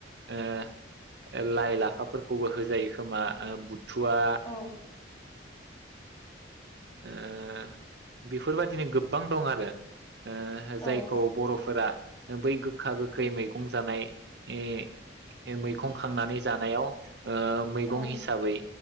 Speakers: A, on the right; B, on the left.
A: ओ लाइ लाफाफोरखौबो होजायो खोमा ओ बुद थुवा
B: औ
A: ओ बेफोर बायदिनो गोबां दं आरो। ओ
B: औ
A: जायखौ बर'फोरा बै गोखा गोखै मैगं जानाय इ मैखं खांनानै जानायाव ओ मैगं
B: औ
A: हिसाबै